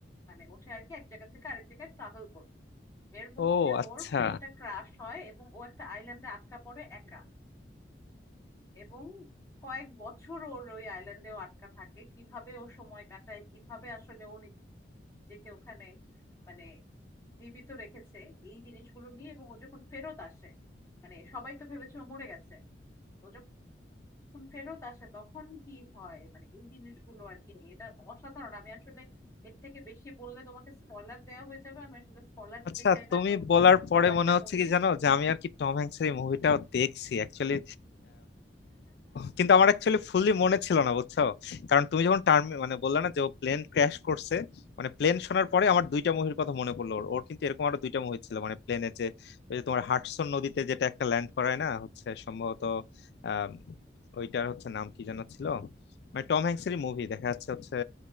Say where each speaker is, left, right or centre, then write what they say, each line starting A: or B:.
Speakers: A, on the left; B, on the left.
A: মানে ওঠে আর কি এক জায়গা থেকে আরেক জায়গায় ট্রাভেল করে এর মধ্যে
B: ও আচ্ছা
A: ওর প্লেনটা ক্রাশ হয় এবং ও একটা আইল্যান্ডে আটকা পড়ে একা এবং কয়েক বছর ওর ওই আইল্যান্ডেও আটকা থাকে কিভাবে ও সময় কাটায় কিভাবে আসলে ও নিজেকে ওখানে মানে জীবিত রেখেছে এই জিনিসগুলো নিয়ে এবং ও যখন ফেরত আসে মানে সবাই তো ভেবেছে ও মরে গেছে ও যখন ফেরত আসে তখন কি হয় মানে এই জিনিসগুলো আর কি নিয়ে এটা অসাধারণ আমি আসলে এর থেকে বেশি বললে তোমাকে স্পয়লার দেওয়া হয়ে যাবে আমি আসলে স্পয়লার দিতে
B: আচ্ছা
A: চাই
B: তুমি
A: না তো
B: বলার পরে
A: ভালো একটা
B: মনে হচ্ছে
A: মুভি
B: কি জানো যে আমি আর কি টম হ্যাংসের এই মুভিটাও দেখছি অ্যাকচুয়ালি কিন্তু আমার অ্যাকচুয়ালি ফুললি মনে ছিল না বুঝছো কারণ তুমি যখন টার্ম মানে বললে না যে ও প্লেন ক্র্যাশ করছে মানে প্লেন শোনার পরে আমার দুইটা মুভির কথা মনে পড়লো ওর ওর কিন্তু এরকম আরো দুইটা মুভি ছিল মানে প্লেনে যে ওই যে তোমার হাডসন নদীতে যেটা একটা ল্যান্ড করায় না হচ্ছে সম্ভবত আহ ওইটার হচ্ছে নাম কি যেন ছিল মানে টম হ্যাংসেরই মুভি দেখা যাচ্ছে হচ্ছে